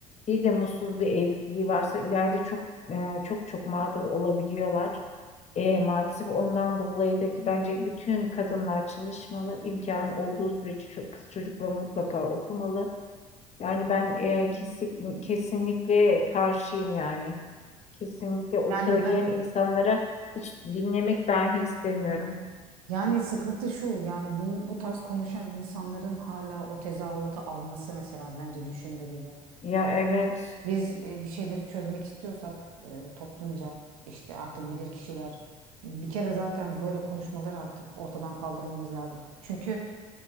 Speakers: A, on the left; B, on the right.
A: bir de mutsuz bir evliliği varsa ileride çok e, çok çok mağdur olabiliyorlar. E, maalesef ondan dolayıdır ki bence bütün kadınlar çalışmalı, imkanı olduğu sürece ço- kız çocukları mutlaka okumalı. Yani ben e, kesin, kesinlikle karşıyım yani. Kesinlikle o
B: Yani
A: söyleyen
B: ben
A: insanlara hiç dinlemek dahi istemiyorum.
B: yani sıkıntı şu yani bu bu tarz konuşan insanların hala o tezahüratı alması mesela bence düşündürücü.
A: Ya evet,
B: Biz e, bir şeyleri çözmek istiyorsak e, toplumca işte artık bilir kişiler bir kere zaten böyle konuşmaları artık ortadan kaldırmamız lazım. Çünkü